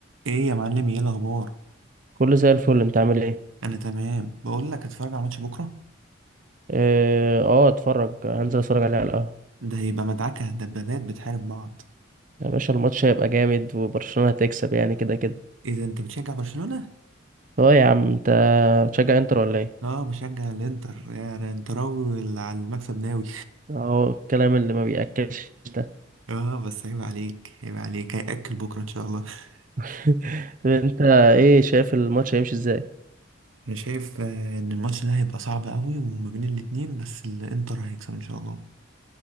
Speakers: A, on the right (about 80°); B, on the right (about 40°).
A: ايه يا معلم ايه الاخبار
B: كله زي الفل انت عامل ايه
A: انا تمام بقول لك اتفرج على ماتش بكره
B: اه آه، اتفرج هنزل اتفرج عليه على القهوة
A: ده هيبقى مدعكه دبابات بتحارب بعض
B: يا باشا الماتش هيبقى جامد وبرشلونة هتكسب يعني كده كده
A: ايه ده انت بتشجع برشلونه
B: اه يا عم انت بتشجع انتر ولا ايه
A: اه بشجع الانتر يا انا انتراوي واللي على المكسب ناوي
B: اهو الكلام اللي ما بيأكلش ده
A: اه بس عيب عليك عيب عليك هياكل بكره ان شاء الله <laughs>
B: <laughs> طب انت ايه شايف الماتش هيمشي ازاي
A: انا شايف آه، ان الماتش ده هيبقى صعب قوي وما بين الاتنين بس الانتر هيكسب ان شاء الله